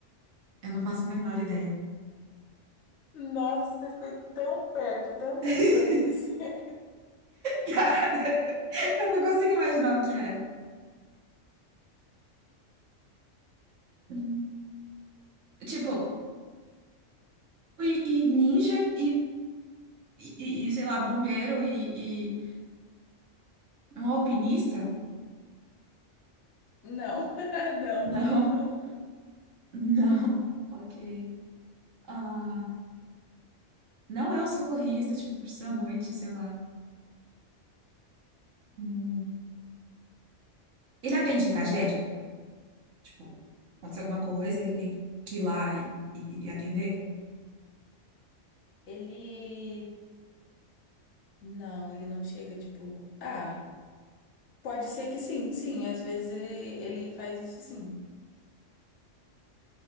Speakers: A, on the right; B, on the left.
A: Eu não faço a menor ideia.
B: Nossa, você foi tão perto tantas
A: <laughs>
B: vezes. <laughs>
A: Cara, eu não consigo imaginar o que é. Hum. Tipo, e, e ninja e, e, e, sei lá, bombeiro e, e um alpinista?
B: Não, <laughs> não,
A: Não,
B: não, não.
A: <laughs> não. Ok. Ah, não é o socorrista, tipo, precisa à noite, sei lá. Hum. Ele atende tragédia? Tipo, acontece alguma coisa, ele tem que ir lá e, e, e atender?
B: Ele. Não, ele não chega, tipo. Ah, pode ser que sim, sim. Às vezes ele, ele faz isso sim.